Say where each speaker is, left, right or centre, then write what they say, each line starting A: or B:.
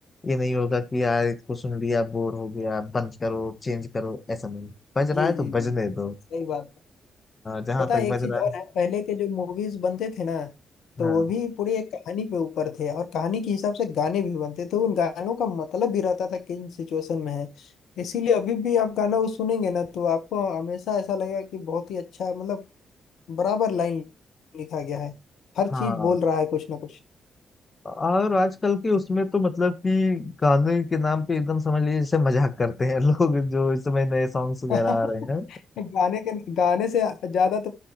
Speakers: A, on the left; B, on the left.
A: ये नहीं होगा कि यार इसको सुन लिया बोर हो गया बंद करो चेंज करो ऐसा नहीं बज रहा
B: जी
A: है तो
B: जी
A: बजने
B: जी
A: दो
B: सही बात
A: जहां
B: पता
A: तक
B: है एक
A: बज
B: चीज
A: रहा
B: और
A: है
B: है पहले के जो मूवीज बनते थे ना तो
A: हाँ
B: वो भी पूरी एक कहानी पे ऊपर थे और कहानी के हिसाब से गाने भी बनते थे उन गानों का मतलब भी रहता था किन सिचुएशन में है इसीलिए अभी भी आप गाना वो सुनेंगे ना तो आपको हमेशा ऐसा लगेगा कि बहुत ही अच्छा मतलब बराबर लाइन लिखा गया है हर चीज
A: हाँ
B: बोल रहा है कुछ ना कुछ
A: और आजकल के उसमें तो मतलब कि गाने के नाम पे एकदम समझ लीजिए जैसे मजाक करते हैं <laughs> लोग जो इस समय नए सॉन्ग्स वगैरह
B: <laughs>
A: आ रहे हैं
B: गाने के गाने से ज्यादा तो